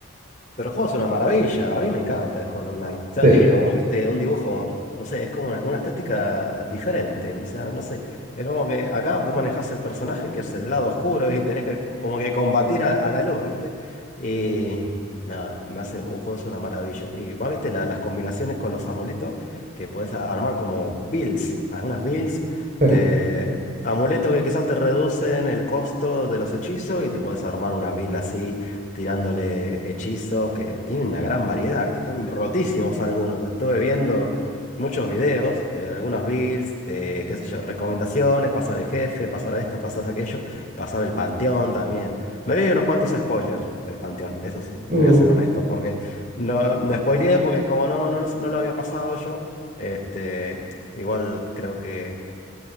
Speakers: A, on the left; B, on the right.
A: Pero el juego es una maravilla, a mí me encanta el Hollow Knight. O sea,
B: Sí,
A: tiene como, viste, un dibujo, no sé, es como una, una estética diferente. O sea, no sé, es como que acá vos manejás el personaje que es el lado oscuro y tenés que como que combatir a, a la luz, viste. Y nada, me hace un juego es una maravilla. Y más, viste, la- las combinaciones con los amuletos que podés a- armar como builds, algunas builds,
B: sí.
A: te... amuletos que quizás te reducen el costo de los hechizos y te podés armar una build así tirándole hechizos, que tienen una gran variedad, ¿viste? Están rotísimos algunos. Estuve viendo muchos videos de algunos builds, de qué sé yo, recomendaciones, pasar el jefe, pasar a esto, pasar a aquello, pasar el panteón también. Me vi unos cuantos spoilers del panteón, eso sí,
B: Uh.
A: te voy a ser honesto, porque no, me spoileé porque como no, no lo, no lo había pasado yo, este, igual creo que...